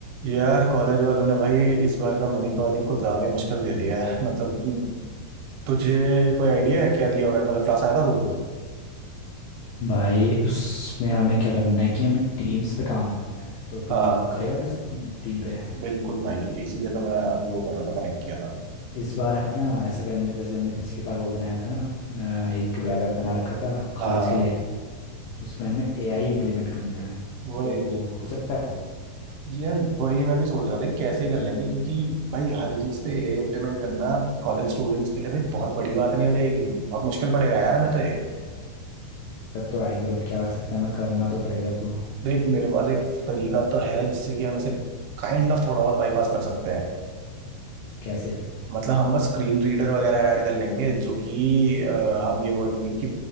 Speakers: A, on the right; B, on the left.
A: यार कॉलेज वालों ने भाई इस बार का मिनी प्रोजेक्ट कुछ ज्यादा ही मुश्किल दे दिया है मतलब तुझे कोई आइडिया है क्या दिया हुआ है मतलब क्लास आया था तू
B: भाई उसमें हमें क्या करना है कि हमें टीम्स पे काम करना है तो तू
A: हाँ
B: करेगा मेरे साथ टीम पे
A: बिल्कुल भाई इसीलिए तो मैं अभी वो कर रहा था कनेक्ट किया था
B: इस बार हमें ना ऐसा करना है जैसे हमने पिछली बार वो बनाया था ना अ, एक वेब ऐप बना रखा था कॉलेज
A: हाँ
B: के लिए उसमें हमें एआई इम्प्लीमेंट करना है
A: वही
B: तो हो सकता है वो
A: यार वही मैं भी सोच रहा था कि कैसे कर लेंगे क्योंकि भाई हर चीज़ पे एआई इम्प्लीमेंट करना कॉलेज स्टूडेंट्स के लिए भाई बहुत बड़ी बात नहीं हो जाएगी बहुत मुश्किल पड़ेगा यार हमें तो ये
B: दिक्कत तो आएगी बट क्या कर सकते हैं हमें करना तो पड़ेगा ब्रो
A: देख मेरे पास एक तरीका तो है जिससे कि हम इसे काइंड ऑफ थोड़ा बहुत बाईपास कर सकते हैं
B: कैसे
A: मतलब हम बस स्क्रीन रीडर वगैरह ऐड कर लेंगे जो कि अ, हम ये बोल देंगे कि